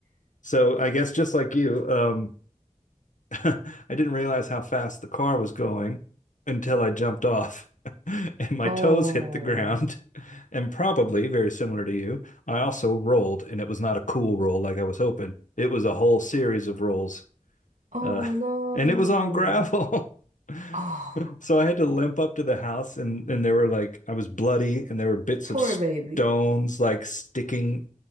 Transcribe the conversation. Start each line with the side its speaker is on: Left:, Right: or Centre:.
Left: So I guess just like you, um, <laughs> I didn't realize how fast the car was going until I jumped off <laughs> and my
Right: Oh,
Left: toes hit the ground. <laughs> And probably very similar to you, I also rolled and it was not a cool roll like I was hoping. It was a whole series of rolls
Right: oh
Left: uh,
Right: no.
Left: and it was on gravel. <laughs>
Right: Oh,
Left: so I had to limp up to the house, and and there were like I was bloody, and there were bits
Right: poor
Left: of stones
Right: baby.
Left: like sticking